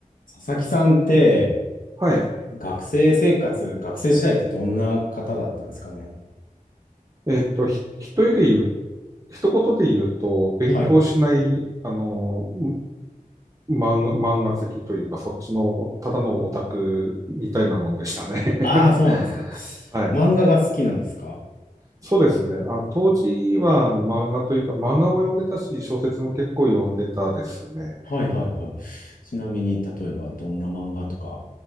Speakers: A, on the left; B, on the right.
A: 佐々木さんって
B: はい。
A: 学生生活、学生時代ってどんな方だったんですかね
B: えっと、ひ、一人で言う、一言で言うと、勉強しない、
A: はい。
B: あの、ん漫画、漫画好きというか、そっちのお、ただのオタクみたいなもんでしたね。<laughs>
A: ああ、そうなんですか。
B: はい。
A: 漫画が好きなんですか
B: そうですね。あの、当時は、あの、漫画というか、漫画も読んでたし、小説も結構読んでたですね。
A: はいはいはい。ちなみに、例えばどんな漫画とか